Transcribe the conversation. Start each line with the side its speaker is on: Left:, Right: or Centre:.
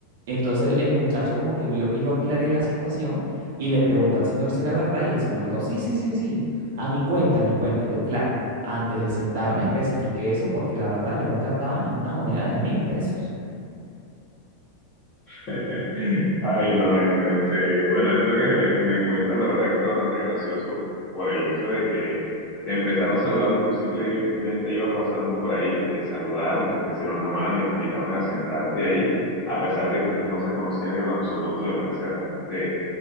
Right: entonces el, el muchacho como que vio que yo aclaré la situación y le preguntó al señor si era verdad y el señor dijo, sí, sí, sí, sí, a mi cuenta, a mi cuenta. Yo, claro, antes de sentarme especifiqué eso porque la verdad yo no cargaba ni una moneda de mil pesos.
Left: <laughs> Ay, no, ay, no, este, bueno, esto que me cuentas, la verdad que está bastante gracioso por el hecho de que te empezaron saludando, tú simplemente ibas pasando por ahí, te saludaron, te ofrecieron la mano y te invitaron a sentarte ahí, a pesar de que ustedes no se conocían en lo absoluto, me parece bastante,